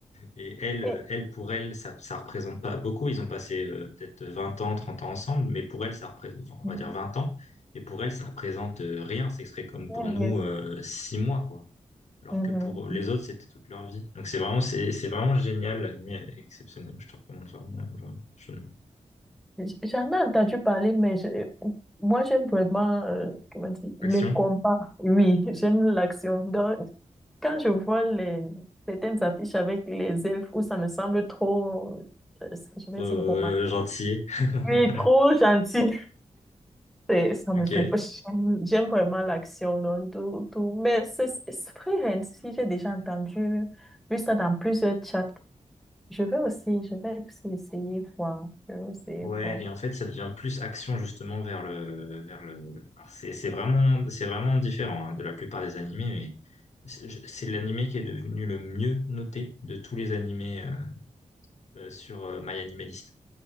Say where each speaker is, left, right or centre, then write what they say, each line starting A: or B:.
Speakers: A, on the left; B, in the centre.
A: Et elle,
B: Et-
A: euh, elle pour elle, ça, ça représente pas beaucoup. Ils ont passé euh, peut-être 20 ans, 30 ans ensemble, mais pour elle, ça représente, enfin, on
B: Mhm.
A: va dire 20 ans. Et pour elle, ça représente euh, rien. Ce serait comme
B: Oui,
A: pour nous,
B: oui,
A: euh,
B: oui.
A: 6 mois, quoi. Alors
B: Mhm.
A: que pour les autres, c'était toute leur vie. Donc c'est vraiment, c'est, c'est vraiment génial. L'animé est exceptionnel. Je te recommande vraiment. vraiment, je-
B: J- J'en ai entendu parler, mais je- moi, j'aime vraiment, euh, comment dire, le
A: Action.
B: combat. Oui, <laughs> j'aime l'action. Donc, quand je vois les, certaines affiches avec les elfes où ça me semble trop, euh, je vais
A: Euh,
B: dire romantique.
A: gentil. <laughs>
B: Oui, trop gentil. C'est- Ça me
A: Ok.
B: plaît pas. J'aime j'aime vraiment l'action, donc tout, tout. Mais c'est c'est vrai, hein, si j'ai déjà entendu, vu ça dans plusieurs chats. Je vais aussi, je vais aussi essayer voir. Je vais essayer
A: Ouais,
B: voir.
A: et en fait, ça devient plus action justement vers le, vers le. alors, c'est, c'est vraiment, c'est vraiment différent hein, de la plupart des animés, mais c'est je- c'est l'animé qui est devenu le mieux noté de tous les animés euh, euh, sur euh, MyAnimalist.